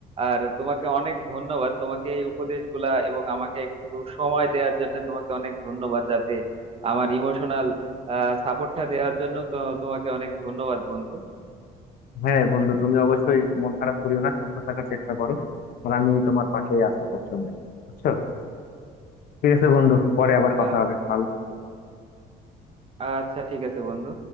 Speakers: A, on the right; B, on the left.
A: আর তোমাকে অনেক ধন্যবাদ তোমাকে এই উপদেশগুলা এবং আমাকে একটু সময় দেওয়ার জন্য তোমাকে অনেক ধন্যবাদ যাতে আমার ইমোশনাল সাপোর্টটা দেওয়ার জন্য তো তোমাকে অনেক ধন্যবাদ বন্ধু
B: হ্যাঁ বন্ধু তুমি অবশ্যই মন খারাপ করিও না শক্ত থাকার চেষ্টা করো আর আমি তোমার পাশেই আছি সবসময় বুঝছো ঠিক আছে বন্ধু পরে আবার
A: আ-
B: কথা হবে ভালো থেকো
A: আচ্ছা ঠিক আছে বন্ধু